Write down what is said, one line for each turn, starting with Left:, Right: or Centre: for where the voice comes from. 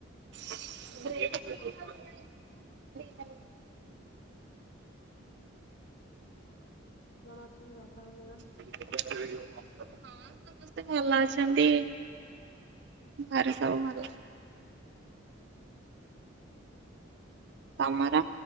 Right: <unintelligible>
Left: ଜଣ ଅଛନ୍ତି ବାପା ମା
Right: ହଁ ସମସ୍ତେ ଭଲ ଅଛନ୍ତି। ଘରେ ସବୁ ଭଲ। ତମର